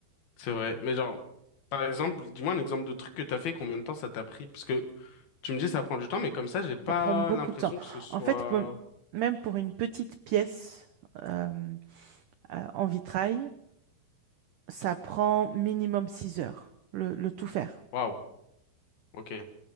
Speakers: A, on the left; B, on the right.
A: c'est vrai. Mais genre, par exemple, dis-moi un exemple de truc que t'as fait, combien de temps ça t'a pris? Parce que tu me dis ça prend du temps, mais comme ça, j'ai pas
B: Ça prend beaucoup
A: l'impression
B: de temps.
A: que ce soit...
B: En fait, m- même pour une petite pièce euh, euh, en vitrail. ça prend minimum 6 heures, le, le tout faire.
A: Waouh, ok.